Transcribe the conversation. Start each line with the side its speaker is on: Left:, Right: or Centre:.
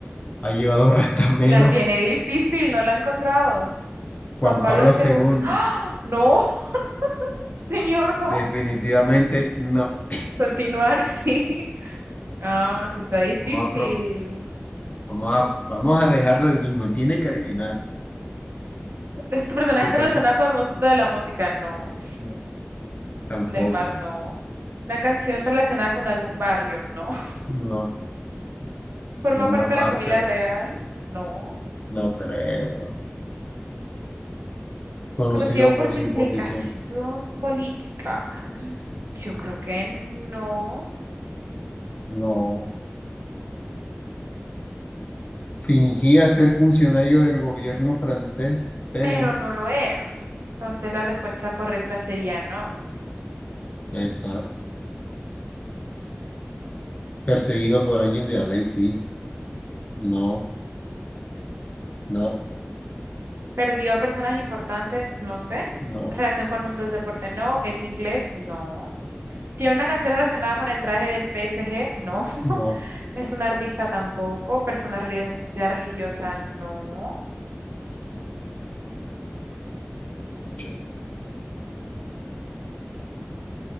Left: Ha llevado <laughs> rastas menos
Right: La tiene difícil, no la ha encontrado.
Left: Juan
Right: Juan Pablo
Left: Pablo
Right: segundo,
Left: segundo
Right: ¡Ah! No, <laughs> señor, no.
Left: Definitivamente no.
Right: Continuar, <laughs> sí. Ah, sí está difícil.
Left: Vamos a, pro- vamos a, vamos a dejarlo el mismo. Él tiene que adivinar.
Right: ¿Es ¿Tu personaje
Left: Tu
Right: está
Left: persona.
Right: relacionado con el mundo de la música? No.
Left: No, tampoco.
Right: ¿Con el mar? No. ¿Una canción relacionada con algún barrio? No. <laughs>
Left: No,
Right: ¿Forma
Left: forma
Right: parte
Left: parte,
Right: de la familia real? No.
Left: no creo. Conocido
Right: ¿Conocido por
Left: por
Right: su
Left: su
Right: implicación
Left: imposición.
Right: política? Yo creo que no.
Left: No. Fingía ser funcionario del gobierno francés, pero.
Right: pero no lo era. Entonces la respuesta correcta sería no.
Left: Exacto. Perseguido por alguien de la ley, sí. No, no,
Right: Perdió a personas importantes, no sé.
Left: no,
Right: Relación con el mundo del deporte, no. Es inglés, no. Tiene una canción relacionada con el traje del PSG, no. <laughs>
Left: no.
Right: Es un artista tampoco. Persona reli- ya religiosa, no.
Left: Yo-